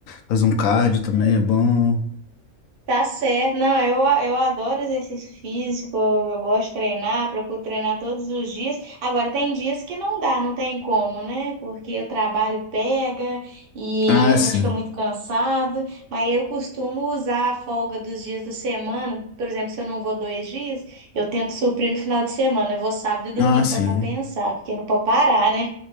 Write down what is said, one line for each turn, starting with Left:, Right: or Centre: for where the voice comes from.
Left: fazer um cardio
Right: isso
Left: também
Right: aí.
Left: é bom.
Right: Tá certo. Não, eu, eu adoro exercício físico, eu gosto de treinar, procuro treinar todos os dias. Agora, tem dias que não dá, não tem como, né? Porque o trabalho pega e
Left: Ah,
Right: a gente
Left: sim.
Right: fica muito cansado. Mas eu costumo usar a folga dos dias da semana. Por exemplo, se eu não vou dois dias, eu tento suprir no final de semana. Eu vou sábado e domingo
Left: Ah, sim.
Right: para compensar, porque não pode parar, né?